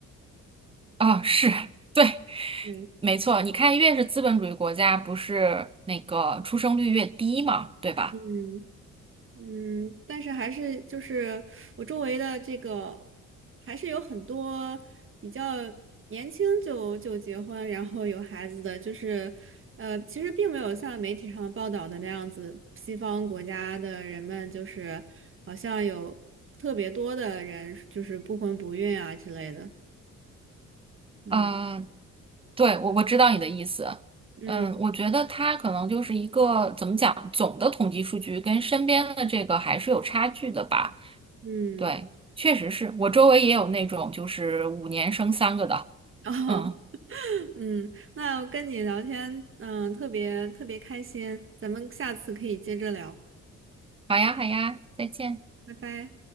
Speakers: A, on the right; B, on the right.
A: 啊，是，对，
B: 对，
A: 没错。你看，越是资本主义国家，不是那个出生率越低嘛，对吧？
B: 嗯。嗯，但是还是就是我周围的这个，还是有很多比较年轻就就结婚，然后有孩子的，就是呃，其实并没有像媒体上报道的那样子，西方国家的人们就是好像有特别多的人就是不婚不孕啊之类的。嗯
A: 嗯，对，我我知道你的意思。
B: 嗯
A: 嗯，我觉得它可能就是一个怎么讲，总的统计数据跟身边的这个还是有差距的吧。
B: 嗯，
A: 对，确实是我周围也有那种就是五年生三个的。
B: <laughs> 哦，
A: 嗯，
B: 嗯，那我跟你聊天，嗯，特别特别开心，咱们下次可以接着聊，
A: 好呀，好呀，再见。
B: 拜拜。